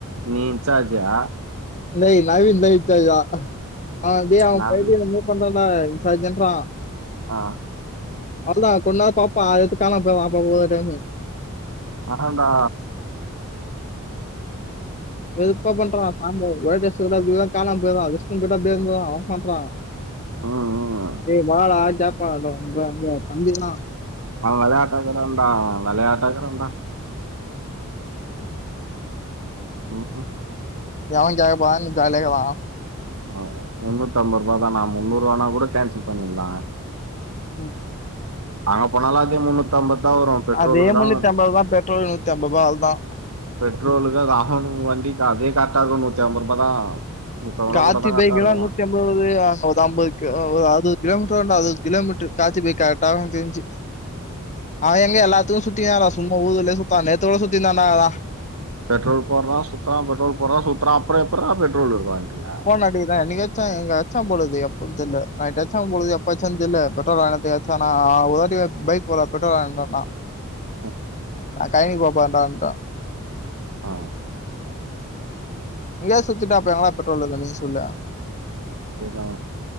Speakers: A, on the right; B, on the left.
A: நீ இன்சார்ஷா
B: இல்லே நவீன் <unintelligible> ஆ டேய் அவ
A: நவி
B: பையித்தியகார மாரி பண்றான்டா இன்ஜார்சுன்றா
A: ஆ
B: அதுதா கொஞ் நேர் பாப்பா எத்துக்கான போய்ரா அப்பா போத டைம்மு
A: அதாண்டா
B: வெருப்பா பண்றா சாம்பார் ஒயிட் ரைஸ் எடுக்குறகுல்ல கான போயிரா ரெஸ்ட்ரூம் போயிட்டு அப்டியே இருந்துர்றா ஏமாத்துறா
A: ம் ம்
B: ஏய் வாழா ஜேப்பா உங்க அங்க தம்பி தா
A: அவ வெளையாட்டா இருக்குறாண்டா வெளையாட்டா இருக்குறாண்டா ம்
B: எவ கேக்க போறானு ஜாலியா இருக்குறா
A: ஆ முண்ணூத்து ஐம்பருவாதானா முன்னூறூவானா கூட கேன்சல் பண்ணிர்லா
B: ம்
A: அங்க போனாலு அதே முன்னூத் த்து அம்பதா வரு பெட்ரோலுக்கு
B: அதே
A: தா
B: முன்னூத்தி
A: வருது.
B: ஐம்பதுதா பெட்ரோல் நூத்தி ஐம்பதுருவா அவ்ளோதா
A: பெட்ரோலுக்கு அது அமோண்டுக்கு வண்டிக்கு அதே கரெக்டா இருக்கு நூத்தி ஐம்பது ரூபா தா நூத்தி ஐம்பது ரூபா
B: காத்தி
A: போட்டா தா
B: பைக்கி
A: கரெக்டா இருக்கு
B: எல்லா நூத்தி அம் நூறு அம்பதுக்கு அ ஒரு அறுவது கிலோமீட்டர் வருன்டா அறுவது கிலோமீட்டரு காத்தி பைக் கரெட்டாவு எனக்கு தெருஞ்சு அவ எங்க எல்லாத்துக்கு சுத்தியால்லா சும்மா ஊர்லே சுத்தா நேத்து கூட சுத்தினுந்தாதா
A: பெட்ரோல் போடுறா சுத்துறா பெட்ரோல் போடுறா சுத்துறா அப்புறோ எப்றா பெட்ரோல் இருக்கு வண்டில
B: ஃபோன் அடிக்குதா என்னிக்காச்சு எங்க அச்சாம் பொழுது எப்போன் தெர்ல நைட்டு அச்சாம் போல இருக்குது எப்ப அச்சான் தெர்ல பெட்ரோல் வாங்குனதுக் ச்சானா <unintelligible> பைக் போல பெட்ரோல் வாங்குனார்னா
A: ஆ
B: நா கைனி போ போறன்டான்டா
A: ஆ,
B: எங்கயாவது சுத்துட்டா அப்ப எங்கனா பெட்ரோல் இருக்கு நீ சொல்லே
A: சேர்தா